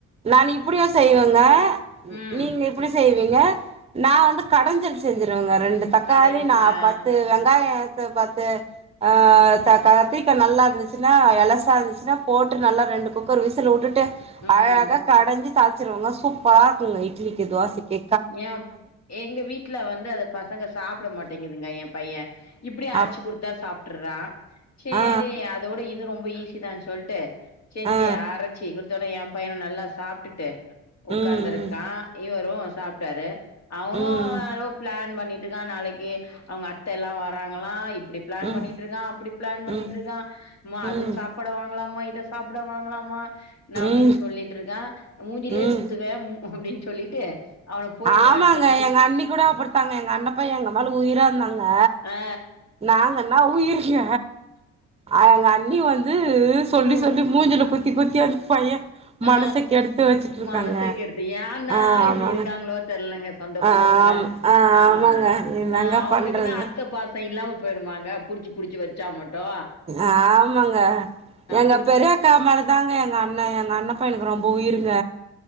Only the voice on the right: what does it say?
நா இப்டியூ செய்வேங்க
நீங்க இப் இப்டி செய்வீங்க நா வந்து கடஞ்சல் செஞ்சிருவேங்க ரெண்டு தக்காளி
நா
பத்து வெங் காயோ எத்து பத்து அ க கத்திரிக்கா நல்லா இருந்துச்சுன்னா எலசா இருந்துச்சுன்னா போட்டு நல்லா ரெண்டு குக்கர் விசில் உட்டுட்டு ட்டு
அழகா கடஞ்சி தாளிச்சிருவங்க சூப்பரா இருக்குங்க இட்லிக்கி தோசக்கி
அப்
ஆ
ஆ ஆ
ம்
ம்
ம் ம்
ம்
ம்
ம்
ம் ம்
ஆமாங்க
எங்க அண்ணி கூட அப்டித்தாங்க எங்க அண்ணப்பயே எங்க மேல உயிரா இருந்தாங் ங்க
நாங்கன்னா உயிருங்க ‌ஆ எங்க அண்ணி வந் அது சொல்லி
சொல்லி மூஞ்சுல குத்தி குத்தி அந்து பைய மனச
கெடுத்து வச்சுட்டு இருக்காங்க
ஆ
ஆமாங்க
ஆ
ஆம் ஆ
ஆமாங்க என்னங்க
பண்றது
ஆமாங்க எங்க
பெரியக்கா மேல தாங்க எங்க அண்ண எங்க அண்ண பையனுக்கு ரொம்ப உயிருங்க